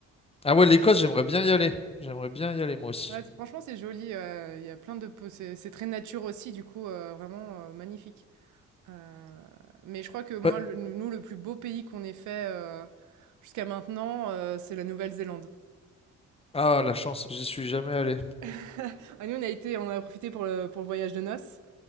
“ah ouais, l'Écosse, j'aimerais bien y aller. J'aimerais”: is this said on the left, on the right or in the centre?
Left